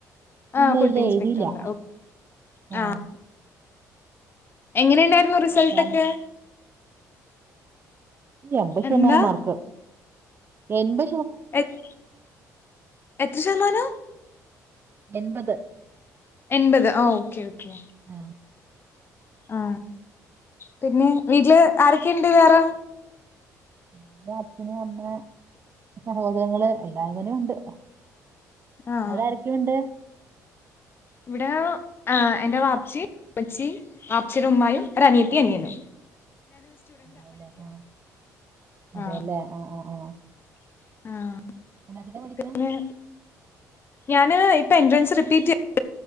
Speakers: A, on the left; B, on the right.
A: ആ
B: ഇല്ല
A: ഫുഡ്
B: ഇല്ല
A: ഇൻസ്പെക്ടറിന്റെ
B: എഴുതീല്ലാ
A: ആ
B: ആഹ് <unintelligible>
A: എങ്ങനെയുണ്ടായിരുന്നു റിസൾട്ടൊക്കെ
B: അമ്പത് ശതമാനം
A: എന്താ
B: മാർക്ക് എന്ത്
A: എത് എത്ര ശതമാനം
B: എൻപത്
A: എൻപത് ആ ഓക്കേ ഓക്കേ
B: ആ
A: ആ, പിന്നെ വീട്ടില് ആരൊക്കെയുണ്ട് വേറെ?
B: എന്റെ അച്ഛനും, അമ്മയും, സഹോദരങ്ങള് എല്ലാവരും ഉണ്ട്.
A: ആ
B: അവിടെ ആരൊക്കെ ഉണ്ട്?
A: ഇവിടെ എന്റെ വാപ്പിച്ചി, ഉമ്മച്ചി മ അച്ഛനുന്മായും ഒരു അനിയത്തി അനിയന
B: അതെ അല്ലേ, ആഹ, അതെ
A: ആ
B: അല്ലേ ആ ആ ആ
A: <unintelligible>
B: എന്നതിനാ പഠിക്കണേ?
A: പിന്നെ ഞാന് ഇപ്പം എൻട്രൻസ് റിപ്പീറ്റ് <inaudible>